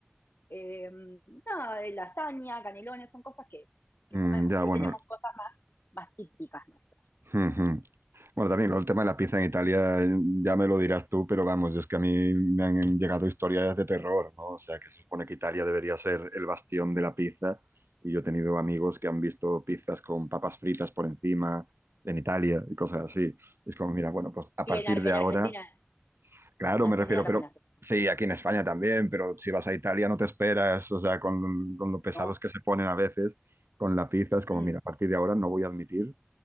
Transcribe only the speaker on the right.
Mm,
ya,
bueno.
<laughs> Bueno, también lo el tema de la pizza en Italia, eh, ya me lo dirás tú, pero vamos, es que a mí me han llegado historias de terror, ¿no? O sea, que se supone que Italia debería ser el bastión de la pizza, y yo he tenido amigos que han visto pizzas con papas fritas por encima en Italia y cosas así. Y es como, mira, bueno, pues a
partir
de
ahora,
claro,
me refiero,
pero
sí, aquí en España también, pero si vas a Italia no te esperas, o sea, con, con lo pesados
que se ponen a veces con la pizza, es como,
mira, a partir de ahora no voy a admitir